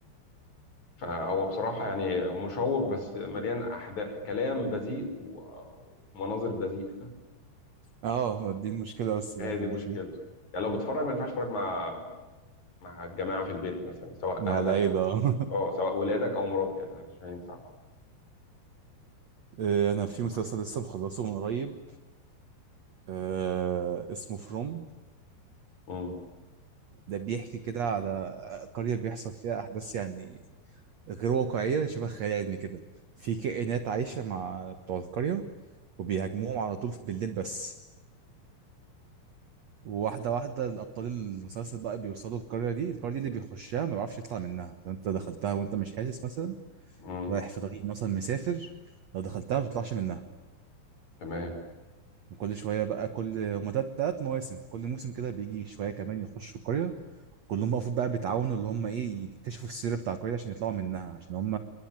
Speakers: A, on the left; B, on the right.
A: فهو بصراحة يعني مشوق بس مليان أحداث كلام بذيء و- ومناظر بذيئة <laughs>
B: اه دي المشكلة بس الوحيدة
A: هي دي مشكلته
B: اللي فيه
A: يعني لو بتتفرج ما ينفعش تتفرج مع مع الجماعة في البيت مثلا سواء
B: مع
A: أهلك
B: العيلة <laughs>
A: أه سواء ولادك أو مراتك يعني مش هينفع طبعا
B: إيه، انا في
A: آه.
B: مسلسل لسه مخلصه من قريب آه اسمه فروم
A: امم
B: ده بيحكي كده على قرية بيحصل فيها احداث يعني غير واقعية شبه خيال علمي كده في كائنات عايشة مع بتوع القرية وبيهاجموهم على طول بالليل بس وواحدة واحدة الأبطال المسلسل بقى بيوصلوا القرية دي القرية دي اللي بيخشها ما بيعرفش يطلع منها لو أنت دخلتها وأنت مش حاسس مثلا
A: امم
B: رايح في طريق مثلا مسافر لو دخلتها ما بتطلعش منها
A: تمام
B: وكل شويه بقى كل هما تلات تلات مواسم كل موسم كده بيجي شويه كمان يخشوا القريه كلهم بقى المفروض بقى بيتعاونوا اللي هم ايه يكتشفوا السر بتاع القريه عشان يطلعوا منها عشان هم